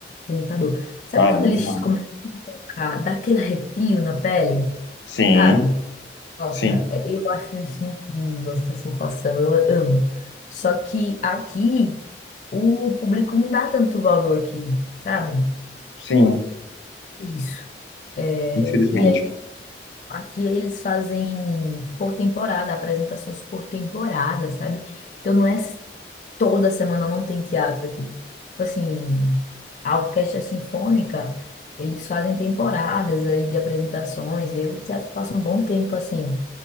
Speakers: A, on the left (about 45°); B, on the left (about 85°).
A: encantador. Sabe
B: Ah, é
A: quando
B: bom
A: eles
B: demais.
A: começam a tocar, dá aquele arrepio na pele,
B: Sim,
A: sabe? Nossa,
B: sim,
A: é- eu acho isso incrível, essa sensação, eu amo. Só que aqui, o público não dá tanto valor aqui, sabe?
B: sim,
A: Isso. É,
B: infelizmente.
A: e aí Aqui eles fazem por temporada, apresentações por temporada, sabe? Então não é s- toda semana não tem teatro aqui. Tipo assim, a orquestra sinfônica, eles fazem temporadas aí de apresentações. E o teatro passa um bom tempo assim.